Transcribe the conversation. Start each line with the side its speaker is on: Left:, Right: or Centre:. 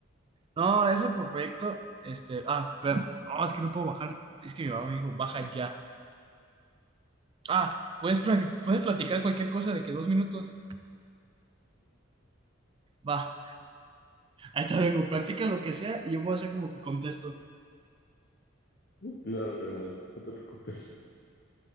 Right: No, eso por proyecto, este, ah, espera. No, es que no puedo bajar. Es que mi mamá me dijo, baja ya. Ah, puedes, pra- puedes platicar cualquier cosa de que dos minutos. Va, ahí te vengo, practica lo que sea y yo voy a hacer como que contesto.
Left: Claro, carnal, no te preocupes.